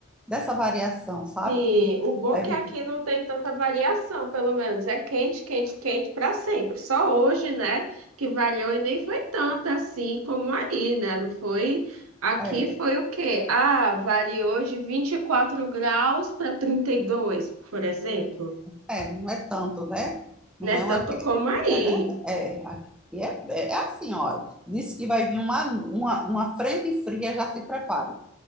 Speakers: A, in the centre; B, on the right (about 85°).
A: dessa variação, sabe?
B: Sim, o bom
A: É,
B: é que aqui não tem tanta variação, pelo menos. É quente, quente, quente para sempre. Só hoje, né, que variou e nem foi tanto assim como aí, né? Não foi. Aqui
A: é,
B: foi o quê? Ah, variou de 24 graus para 32, por exemplo.
A: é, não é tanto, né? Não
B: Né?
A: é
B: Tanto
A: uma que
B: como aí.
A: é verdade. É, aqui é, é assim, olha. Disse que vai vir uma, uma, uma frente fria, já se prepare.